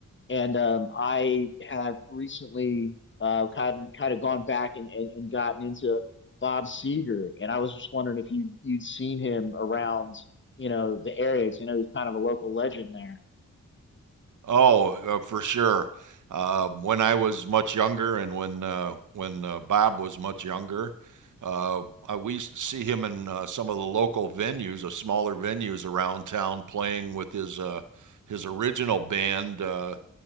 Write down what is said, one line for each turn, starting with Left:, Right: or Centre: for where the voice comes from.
Left: and um, I have recently uh, kind of, kind of gone back and, and, and gotten into Bob Seger, and I was just wondering if you you'd seen him around, you know, the area. 'cause I know he's kind of a local legend there,
Right: Oh, uh, for sure. Uh, when I was much younger, and when uh, when uh, Bob was much younger, uh, I, we used to see him in uh, some of the local venues, the smaller venues around town, playing with his uh, his original band. Uh,